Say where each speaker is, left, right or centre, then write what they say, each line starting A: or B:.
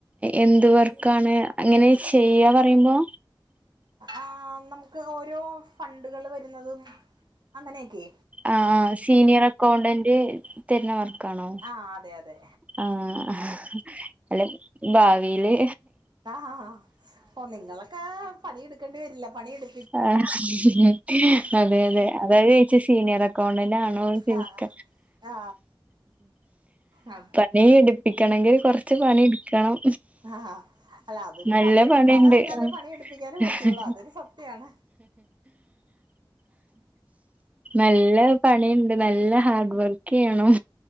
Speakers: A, on the right (about 15°); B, on the right (about 60°).
A: എന്ത് വർക്കാണ് അങ്ങനെ ചെയ്യ പറിമ്പോ?
B: ആഹ് നമുക്ക് ഓരോ ഫണ്ടുകള് വരുന്നതും അങ്ങനെക്കെ.
A: ആഹ് ആഹ് സീനിയർ അക്കൗണ്ടന്റ് തെര്ണ വർക്കാണോ?
B: ആഹ് അതെ അതെ.
A: ആഹ് അല്ല ഭാവില്
B: ആഹ് ഹാ <unintelligible> പണിയെട്ക്കണ്ടി വരില്ല പണി എട്
A: ആഹ് അതെ അതെ അതാ ചോയ്ച്ചെ സീനിയർ അക്കൗണ്ടന്റ് ആണോ ചോയിക്ക.
B: ആ ആ ആ
A: പണി എട്പ്പിക്കണങ്കി കൊർച്ച് പണി എട് ക്കണം
B: ആ അല്ല അതിനും
A: നല്ല
B: പണിയെടുക്കാനറിഞ്ഞാലേ
A: പണിണ്ട്
B: പണിയെടുപ്പിക്കാനും പറ്റുള്ളൂ
A: ആഹ്
B: അതൊരു സത്യാണ്
A: നല്ല പണിണ്ട് നല്ല ഹാർഡ് വർക്കെയ്യണം.